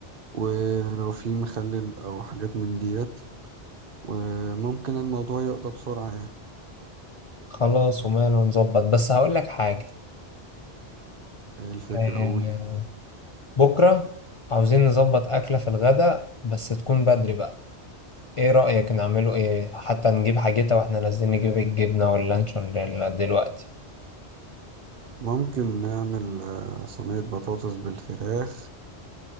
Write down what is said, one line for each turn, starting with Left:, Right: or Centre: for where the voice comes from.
Right: ولو في مخلل او حاجات من ديت وممكن الموضوع يقضى بسرعة يعني
Left: خلاص وماله نظبط بس هقول لك حاجة
Right: إيه الفكرة
Left: إيه
Right: اقول
Left: بكرة عاوزين نظبط أكلة في الغدا بس تكون بدري بقى ايه رأيك نعمله ايه حتى نجيب حاجتها واحنا نازلين نجيب الجبنة واللانشون لل- دلوقتي
Right: ممكن نعمل آه صينية بطاطس بالفراخ